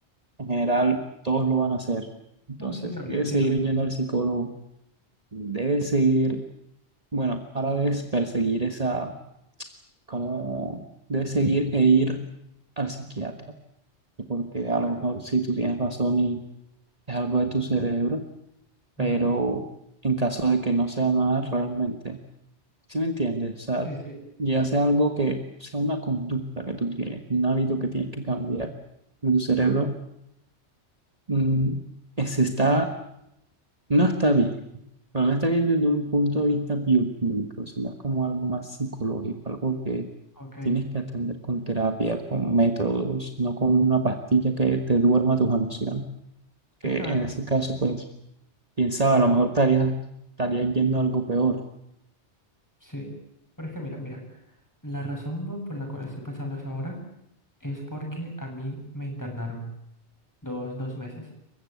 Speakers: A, on the right (about 35°); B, on the left (about 15°).
A: en general todos lo van a hacer. Entonces,
B: No, sí, claro,
A: debes
B: yo entiendo.
A: seguir yendo al psicólogo, debes seguir, bueno, ahora debes perseguir esa, como, debes seguir e ir al psiquiatra, porque
B: Ok.
A: a lo mejor sí tú tienes razón y es algo de tu cerebro,
B: Ujú.
A: pero en caso de que no sea nada realmente. ¿Sí me entiendes? O sea,
B: Sí, sí.
A: ya sea algo que sea una conducta que tú tienes, un hábito que tienes que cambiar. de Tu cerebro mm, es- está, no está bien, pero no está bien desde un punto de vista bioquímico, sino es como algo más psicológico, algo que
B: Ok.
A: tienes que atender con terapia, con métodos, no con una pastilla que te duerma tus emociones. Que
B: Es que a ver,
A: en ese caso, pues, piensaba, a lo mejor estarías, estarías yendo a algo peor.
B: sí. Pero es que mira, mira. La razón po- por la cual estoy pensando eso ahora es porque a mí me internaron dos, dos meses.